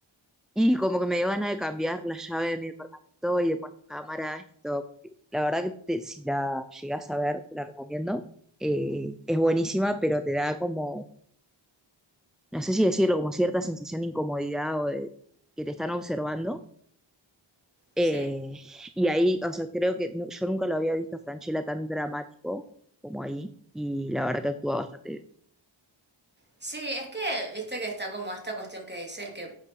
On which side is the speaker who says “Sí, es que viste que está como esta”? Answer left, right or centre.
Right